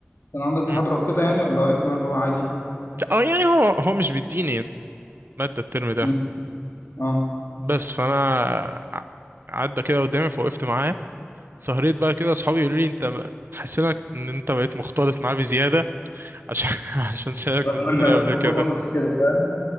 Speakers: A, on the left (about 70°); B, on the right (about 60°).
A: كان عندك محاضرة
B: مم.
A: وكده يعني ولا واقف مع اللي هو عادي
B: ده- اه يعني هو هو مش بيديني مادة الترم ده
A: مم، اه
B: بس فانا ع- عدى كده قدامي فوقفت معاه سهريت بقى كده اصحابي يقولوا لي انت حسيت ان انت بقيت مختلط معاه بزيادة عشان <laughs> عشان شايفك
A: رغم
B: مديتني
A: ان
B: قبل
A: المفروض
B: كده
A: ما تبقاش كده فاهم